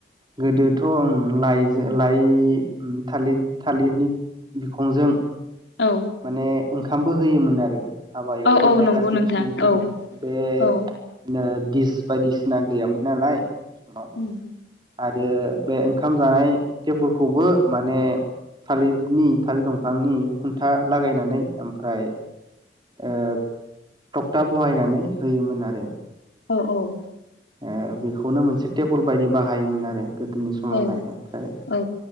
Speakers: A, on the right; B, on the left.
A: गोदोथ' आं लाइजों लाइ थालिर थालिरनि बिखंजों
B: औ
A: माने ओंखामबो होयोमोन आरो हाबायाव
B: औ
A: फैनाय
B: औ नंगौ
A: गासैबो
B: नोंथां
A: सुबुंफोरनो
B: औ
A: बे
B: औ
A: ओ दिस बायदिसिना गैयामोन नालाय समाव
B: उय
A: आरो बे ओंखाम जानाय टेबोलखौबो माने थालिरनि थालिर दंफांनि खुन्था लागायनानै ओमफ्राय ओ थक्था बहायनानै होयोमोन आरो
B: औ औ
A: ओ बेखौनो मोनसे टेबोल बायदि बाहायोमोन आरो गोदोनि समावहाय
B: औ
A: ओमफ्राय
B: औ